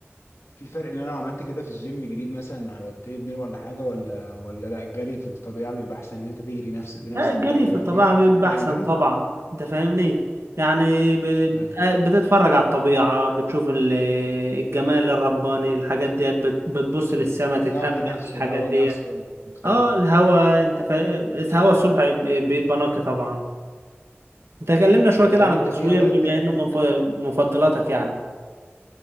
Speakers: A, on the left (about 80°); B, on the right (about 75°).
A: في فرق إن أنا لو عملت كده في الجيم جريت مثلا على التريد ميل ولا حاجة ولا ولا لا الجري في الطبيعة بيبقى أحسن إن أنت تجري نفس بنفسك
B: لا الجري
A: ده بيبقى
B: في الطبيعة
A: بيفرق
B: بيبقى
A: في فرق
B: احسن
A: ما بينهم
B: طبعا انت فاهمني يعني ب...
A: ايوه
B: آه، بتتفرج على الطبيعة بتشوف ال- الجمال الرباني الحاجات ديت بت... بتبص للسما
A: الجو
B: تتأمل
A: نفسه
B: في الحاجات
A: الهواء
B: ديت
A: نفسه مختلف
B: اه الهوا انت فا... الهوا الصبح بيبقى نقي طبعا انت كلمنا شويه
A: آه.
B: كده
A: طب
B: عن
A: أنت
B: التصوير
A: في هوايات
B: بما
A: تاني
B: انه
A: بتعملها؟
B: من ف- مفضلاتك يعني